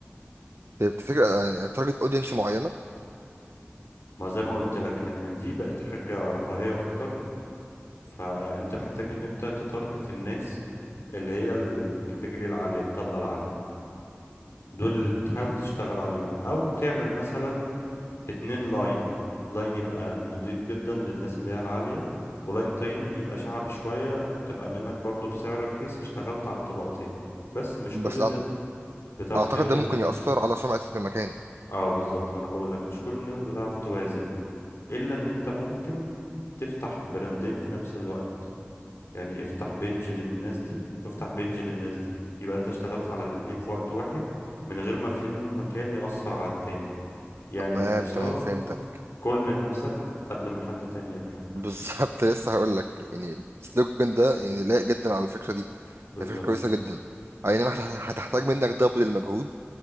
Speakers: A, on the right (about 70°); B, on the left (about 80°).
A: طيب تفتكر يعني تارجت اودينس معينة
B: ما زي ما قلت لك ان دي بقت حاجة رفاهية اكتر فانت محتاج ان انت تتارجت الناس اللي هي الكاتيجوري العالية الطبقة العالية دول تحاول تشتغل عليهم او تعمل مثلا اتنين لاين لاين يبقى نضيف جدا للناس اللي هي العالية ولاين تاني يبقى شعبي شوية تبقى منك برضو بسعر رخيص اشتغلت على الطبقتين بس مش
A: بس
B: كل الناس
A: أعت-
B: بتعرف
A: اعتقد
B: توازن
A: ده ممكن يأثر على سمعة المكان
B: اه بالظبط ما انا بقولك مش كل الناس بتعرف توازن الا ان انت ممكن تفتح براندين في نفس الوقت يعني افتح بيج للناس دي وافتح بيج للناس دي يبقى انت اشتغلت على الاتنين في وقت واحد من غير ما فيهم مكان يأثر على التاني يعني
A: تمام
B: باختصار
A: تمام فهمتك
B: كل من نفسك قبل ما حد تاني ياكلك
A: بالظبط <laughs> لسه هقول لك يعني السلوجن ده يعني لايق جدا على الفكرة دي
B: بالظبط
A: هي فكرة كويسة جدا اي نعم هت- هتحتاج منك دبل المجهود